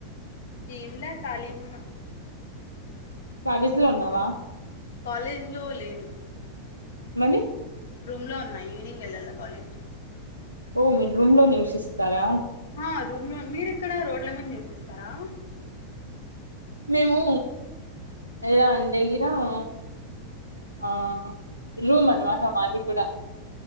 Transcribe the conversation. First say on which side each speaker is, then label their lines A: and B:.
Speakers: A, on the left (about 60°); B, on the left (about 90°).
A: ఎమ్ లే కాలి గున్న
B: కాలేజ్ లో ఉన్నావా
A: కాలేజ్ లో లేను
B: మని
A: రూమ్ లో ఉన్నా ఈవినింగ్ ఎళ్ళాల కాలేజ్
B: ఓ మీర్ రూమ్ లో నివశిస్తారా
A: ఆ రూమ్ లో మీరెక్కడ రోడ్ల మీద నివసిస్తారా
B: మేము ఎల్ల డేగిరమ్ <unintelligible> ఆ రూమ్ అన్ మాట మాది కుడ